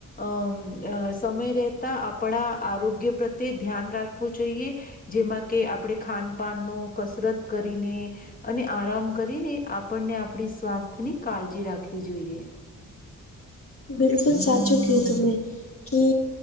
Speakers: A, on the left; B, on the left.
A: અ સમય રહેતા આપણા આરોગ્ય પ્રત્યે ધ્યાન રાખવું જોઈએ. જેમાં કે આપણે ખાનપાન નો કસરત કરીને અને આરામ કરીને આપણને આપડી સ્વાસ્થ્યની કાળજી રાખવી જોઈએ.
B: બિલકુલ સાાચું કહ્યું તુંં કે